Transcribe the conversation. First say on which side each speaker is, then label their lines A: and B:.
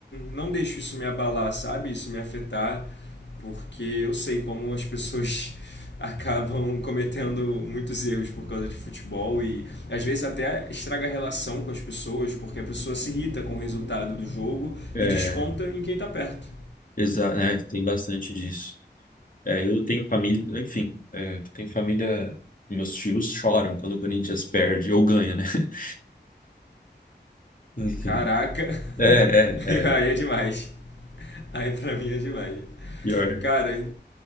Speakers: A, on the left (about 80°); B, on the left (about 50°).
A: não deixo isso me abalar, sabe? Isso me afetar porque eu sei como as pessoas <laughs> acabam cometendo muitos erros por causa de futebol e às vezes até estraga a relação com as pessoas, porque a pessoa se irrita com o resultado do jogo
B: É,
A: e desconta em quem tá perto.
B: exato, né? Tem bastante disso. É, eu tenho família, enfim, é, tenho família, meus tios choram quando o Corinthians perde ou ganha, né? <laughs> Enfim.
A: Caraca,
B: É, é,
A: <laughs>
B: é.
A: aí é demais. Aí pra mim é demais.
B: Pior.
A: Cara,